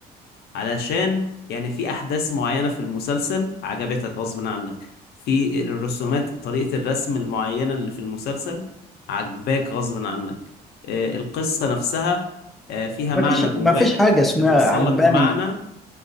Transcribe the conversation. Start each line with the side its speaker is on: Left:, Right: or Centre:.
Left: علشان يعني في احداث معينة في المسلسل عجبتك غصب عنك في الرسومات طريقة الرسم المعينة اللي في المسلسل عجباك غصب عنك آه، القصة نفسها آه، فيها
Centre: ما
Left: معنى
Centre: فيش
Left: جواك
Centre: ما فيش حاجه اسمها
Left: بتوصل
Centre: عجباني
Left: لك معنى